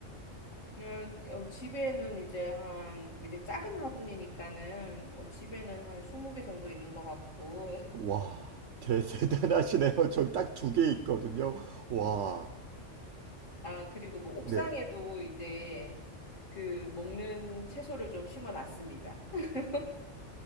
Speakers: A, on the left; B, on the right.
A: 그냥 어, 집에는 이제 한, 이제 작은 화분이니까는, 뭐 집에는 한 20개 정도 있는 것 같고,
B: 와, 대, <laughs> 대단하시네요. 전 딱 두 개 있거든요. 와,
A: 아, 그리고 뭐 옥상에도
B: 네.
A: 이제 그 먹는 채소를 좀 심어 놨습니다. <laughs>